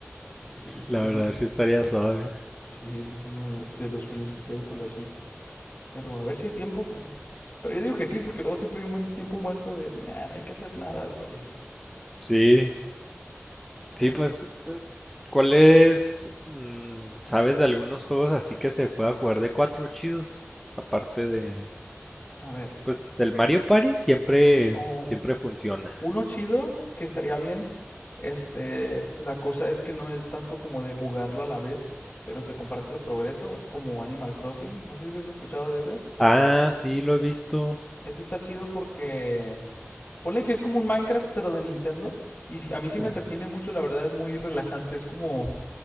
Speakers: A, on the left; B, in the centre.
A: Es, es-
B: la
A: es
B: verdad
A: un,
B: sí estaría suave.
A: sí, ese es uno de, de los sueños que tengo con la Switch. Pero a ver si hay tiempo, porque. Pero yo digo que sí, porque luego siempre hay un buen de tiempo muerto de. Nah, no hay que hacer nada hoy.
B: Sí, sí, pues, eh, ¿cuál es, mm, sabes de algunos juegos así que se pueda jugar de cuatro chidos? Aparte de,
A: A ver.
B: Pues el Mario Party siempre,
A: Oh,
B: siempre funciona.
A: uno chido que estaría bien. Este. La cosa es que no es tanto como de jugarlo a la vez, pero se comparte el progreso. Es como Animal Crossing. No sé si has escuchado de ese.
B: Ah, sí, lo he visto.
A: Ese está chido porque. Ponle que es como un Minecraft, pero de Nintendo. Y si a mí sí me
B: Ah,
A: entretiene mucho, la verdad es muy relajante. Es como.